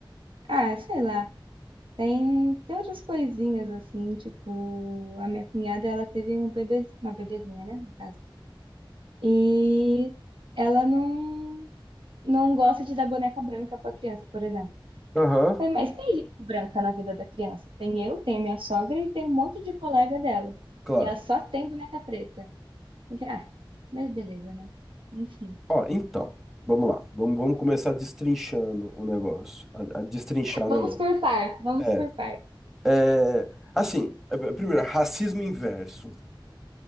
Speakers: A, on the right; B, in the centre.
A: ah, sei lá, tem, tem outras coisinhas assim, tipo, a minha cunhada, ela teve um bebê, uma bebezinha, né? no caso. E ela não, não gosta de dar boneca branca para criança, por exemplo.
B: Aham,
A: Falei, Mas tem gente branca na vida da criança. Tem eu, tem a minha sogra e tem um monte de colega dela.
B: claro.
A: E ela só tem boneca preta. Eu falei, ah, mas beleza, né? <laughs>
B: Ó, então, vamos lá. Vamos, vamos começar destrinchando o negócio. A, a destrinchar o
A: Vamos
B: negócio.
A: por parte, vamos
B: É,
A: por parte.
B: é, assim, é, primeiro, racismo inverso.